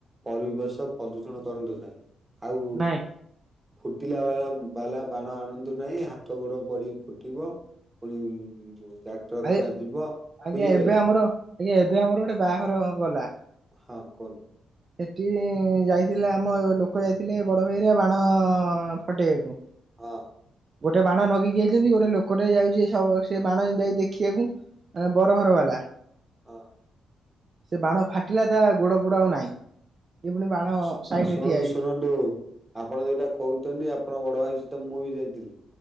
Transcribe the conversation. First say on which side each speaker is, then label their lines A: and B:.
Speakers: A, on the right; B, on the right.
A: ପରିବେଶ ପ୍ରଦୂଷଣ କରନ୍ତୁ ନାହିଁ ଆଉ
B: ନାଇଁ
A: ଫୁଟିଲା ବାଳ- ବାଲା ବାଣ ଆଣନ୍ତୁ ନାହିଁ ହାତ ଗୋଡ ପଡିି ଫୁଟିବ। <unintelligible>
B: ଆରେ
A: ଯିବ
B: ଆଜ୍ଞା
A: ବୁଝିପାରିଲେ?
B: ଏବେ ଆମର ଆଜ୍ଞା ଏବେ ଆମର ଗୋଟେ ବାହାଘର ଗଲା।
A: ହଁ କୁହନ୍ତୁ।
B: ସେଟି ଯାଇଥିଲେ ଆମ ଲୋକ ଯାଇ ଥିଲେ ବଡ ଭାଇରିଆ ବାଣ ଫଟେଇବାକୁ
A: ହଁ
B: ଗୋ ଟେ ବାଣ ନଗେକି ଆଇଚନ୍ତି ଗୋଟେ ଲୋକଟେ ଯାଉଛି ସ ସେ ବାଣ ଯାଇ ଦେଖିବାକୁ ଆଁ ବରହର
A: ହଁ
B: ବାଲା।
A: ହଁ।
B: ସେ ବାଣ ଫାଟିଲା ତା ଗୋଡ ଫୋଡ ଆଉ ନାହିଁ। ଇଏ ପୁଣି ବାଣ
A: <unintelligible>
B: ସାଇଡରେ ଠିଆ ହେଇଛି
A: ଆପଣ ଯୋଉଟା କହୁଛନ୍ତି ଆପଣ ବଡ ଭାଇ ସହିତ ମୁଁ ବି ଯାଇଥିଲି।